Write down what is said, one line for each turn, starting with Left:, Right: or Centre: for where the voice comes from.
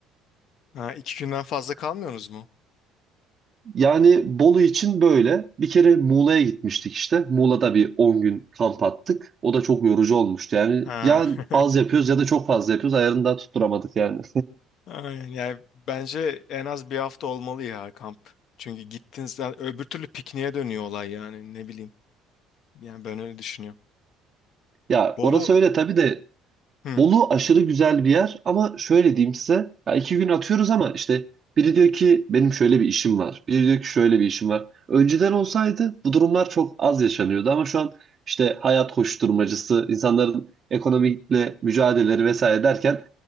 Left: Ha, iki günden fazla kalmıyorsunuz mu?
Right: Yani Bolu için böyle. Bir kere Muğla'ya gitmiştik işte. Muğla'da bir 10 gün kamp attık. O da çok yorucu olmuştu. Yani
Left: Ha.
Right: ya
Left: <laughs>
Right: az yapıyoruz ya da çok fazla yapıyoruz. Ayarını da tutturamadık yani.
Left: Aynen. Yani bence en az bir hafta olmalı ya kamp. Çünkü gittiğinizde öbür türlü pikniğe dönüyor olay yani ne bileyim. Yani ben öyle düşünüyorum.
Right: Ya
Left: Bolu.
Right: orası öyle tabii de
Left: Hı.
Right: Bolu aşırı güzel bir yer ama şöyle diyeyim size. Ya iki gün atıyoruz ama işte biri diyor ki benim şöyle bir işim var. Biri diyor ki şöyle bir işim var. Önceden olsaydı bu durumlar çok az yaşanıyordu ama şu an işte hayat koşturmacısı, insanların ekonomikle mücadeleleri vesaire derken